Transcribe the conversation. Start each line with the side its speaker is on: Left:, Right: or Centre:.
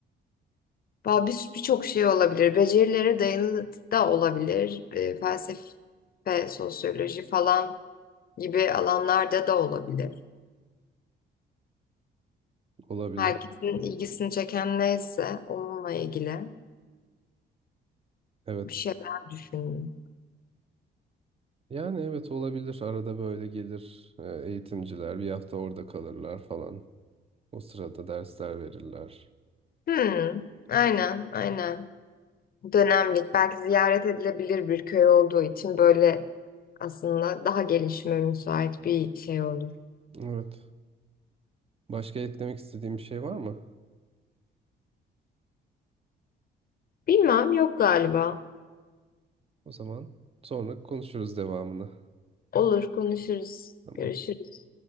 Left: ba- bir birçok şey olabilir. Becerilere dayalı da olabilir. E, felsefe, sosyoloji falan gibi alanlarda da olabilir.
Right: Olabilir.
Left: Herkesin ilgisini çeken neyse onunla ilgili
Right: Evet.
Left: bir şeyler düşünün.
Right: Yani evet olabilir. Arada böyle gelir e, eğitimciler bir hafta orada kalırlar falan. O sırada dersler verirler.
Left: Hmm, aynen, aynen. Dönemlik, belki ziyaret edilebilir bir köy olduğu için böyle aslında daha gelişime müsait bir şey olur.
Right: Evet. Başka eklemek istediğim bir şey var mı?
Left: Bilmem, yok galiba.
Right: O zaman sonra konuşuruz devamını.
Left: Olur, konuşuruz,
Right: Tamam.
Left: görüşürüz.